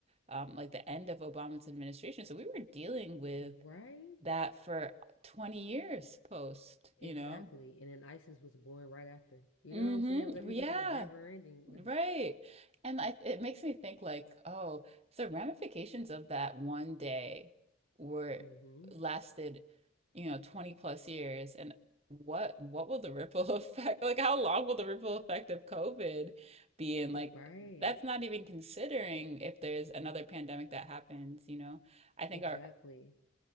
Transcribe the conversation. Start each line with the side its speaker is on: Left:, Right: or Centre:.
Right: um, like the end of Obama's administration. So we were dealing with
Left: right?
Right: that for 20 years post,
Left: Exactly.
Right: you know?
Left: And then ISIS was born right after. You
Right: Mm-hmm.
Left: know what I'm saying? Like, It
Right: Yeah.
Left: was like never ending. Like,
Right: Right. And I, it makes me think like, oh, the ramifications of that one day were
Left: mm-hmm.
Right: lasted, you know, 20 plus years. And what what will the ripple <laughs> effect, like how long will the ripple effect of COVID be? And
Left: Right.
Right: like that's not even considering if there's another pandemic that happens, you know. I think
Left: Exactly.
Right: our